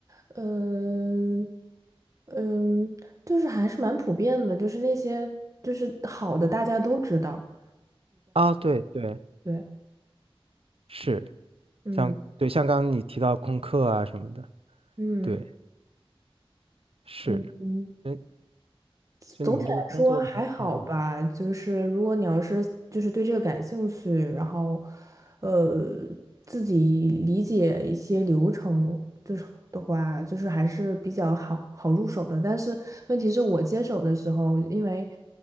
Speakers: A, on the right; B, on the right.
A: 嗯、嗯，就是还是蛮普遍的，就是那些就是好的大家都知道，
B: 啊，对对，
A: 对，
B: 是。
A: 嗯
B: 像对，像刚刚你提到空客啊什么的，
A: 嗯。
B: 对，是，
A: 嗯嗯，
B: 嗯，就你们这个工作还是嗯
A: 总体来说还好吧。就是如果你要是就是对这个感兴趣，然后呃自己理解一些流程的，就是的话，就是还是比较好好入手的。但是问题是我接手的时候，因为